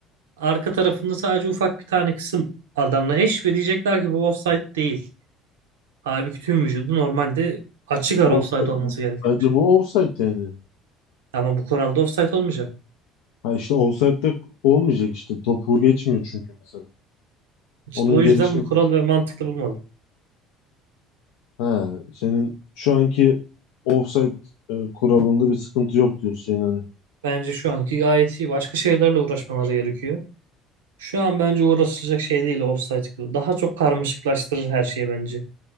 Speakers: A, on the right; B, on the left.
A: arka tarafında sadece ufak bir tane kısım adamla eş ve diyecekler ki bu offside değil. Halbuki tüm vücudu normalde açık ara
B: Offside.
A: offside olması gereken
B: Bence
A: bir şey.
B: bu offside yani.
A: Ama bu kuralda offside olmayacak.
B: Ha işte offside'de olmayacak işte. Topu geçmiyor çünkü mesela.
A: İşte
B: Onun
A: o
B: gelişim.
A: yüzden bu kural ve mantıklı bulmadım.
B: Ha, senin şu anki offside e, kuralında bir sıkıntı yok diyorsun yani.
A: Bence şu anki gayet iyi. Başka şeylerle uğraşmaları gerekiyor. Şu an bence uğraşılacak şey değil offside. Daha çok karmaşıklaştırır her şeyi bence.